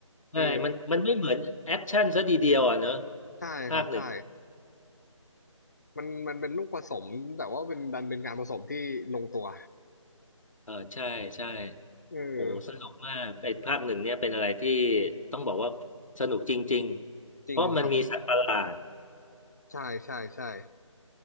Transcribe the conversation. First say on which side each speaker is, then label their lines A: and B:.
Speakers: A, on the left (about 80°); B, on the left (about 35°).
A: ใช่มันมันไม่เหมือนแอคชั่นซะทีเดียวอ่ะเนอะ
B: เออใช่ครับใช่
A: ภาคหนึ่ง
B: มันมันเป็นลูกผสมแต่ว่าเป็นดันเป็นการผสมที่ลงตัว
A: เออใช่ใช่
B: เออ
A: โอ้สนุกมากไอ้ภาคหนึ่งเนี่ยเป็นอะไรที่ต้องบอกว่าสนุกจริงๆเพราะมันมีสัตว์ประหลาด
B: จริงครับใช่ใช่ใช่